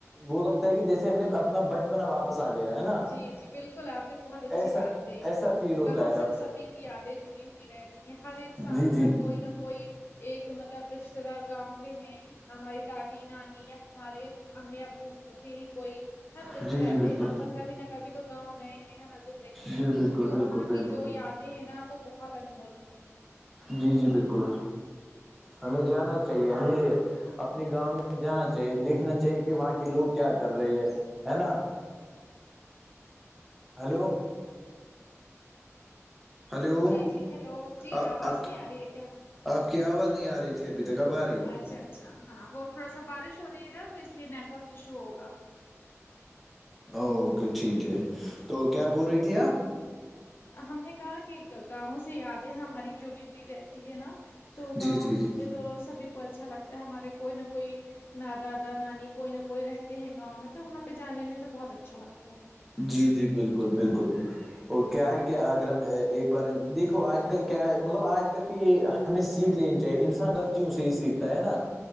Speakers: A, in the centre; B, on the left.
A: وہ لگتا ہے کی جیسے ہم نے اپنا بچپنا واپس پس آ گیا ہے نا
B: جی جی بالکل آپ نے بہت اچھی
A: ایسا
B: بات کہی
A: ایسا فیل ہوتا
B: گاؤں
A: ہے
B: سے تو سبھی کی یادیں جڑی ہوئی رہتی ہیں ہر
A: اب
B: انسان
A: جی جی
B: کا کوئی نہ کوئی ایک مطلب رشتے دار گاؤں کے ہیں ہماری دادی نانی ہمارے امی ابو کی ہی کوئی ہے نا جیسے
A: جی
B: رہتے
A: جی بالکل
B: ہیں تو اپن کبھی نہ کبھی تو گاؤں گئے ہے نا زندگی میں
A: جی بالکل
B: تو
A: بالکل
B: وہاں
A: بالکل
B: کی جو یادیں ہیں نا وہ بہت انمول ہوتی ہیں
A: جی جی بالکل ہمیں جانا چاہیے ہمیں اپنے گاؤں میں جانا چاہیے دیکھنا چاہیے کہ وہاں کے لوگ کیا کر رہے ہے ہے نا ہیلو ہلو
B: جی جی ہیلو جی
A: آپ
B: جی آواز نہیں آ رہی ہے کیا
A: آپ کی آواز نہیں آ رہی تھی ابھی تک اب آ رہی ہے
B: اچھا اچھا ہاں وہ تھوڑا سا بارش ہو رہی ہےا تو اس لیے نیٹ ورک ایشو ہوگا
A: اوکے ٹھیک ہے تو کیا بول رہی تھی آپ
B: ہم نے کہا کی گاؤں سے یادیں ہماری جڑی ہوئی رہتی ہے نا تو
A: جی
B: گاؤں
A: جی جی
B: میں تو سبھی کو اچھا لگتا ہے ہمارے کوئی نہ کوئی نا دادا نانی کوئی نہ کوئی رہتی ہے گاؤں میں تو وہاں پے جانے میں تو بہت اچھا لگتا ہے
A: جی جی بالکل بالکل اور کیا ہے کیا اگر ہم ایک بار دیکھو آج کل کیا ہے مطلب آج کل کی یے ہمیں سیکھ لینی چاہیے انسان غلطیوں سے ہی سیکھتا ہے نا